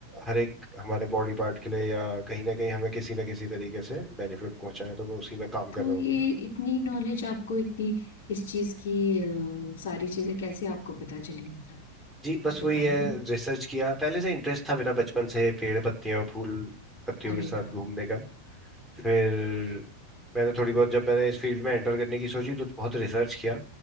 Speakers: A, in the centre; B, on the left.
A: हर एक हमारे बॉडी पार्ट के लिए या कहीं ना कहीं हमें किसी ना किसी तरीके से बेनिफिट पहुंचाए तो मैं उसी में काम कर
B: तो
A: रहा
B: ये
A: हूँ
B: इतनी नॉलेज आपको इतनी इस चीज की अम, सारी चीजें कैसे आपको पता चली मतलब
A: जी
B: कुछ
A: बस वही
B: बताएंगे
A: है रिसर्च किया पहले से इंटरेस्ट था मेरा बचपन से पेड़ पत्तियां और फूल पत्तियों
B: अरे
A: के साथ
B: वाह
A: घूमने का फिर मैंने थोड़ी बहुत जब मैंने इस फील्ड में एंटर करने की सोची तो बहुत रिसर्च किया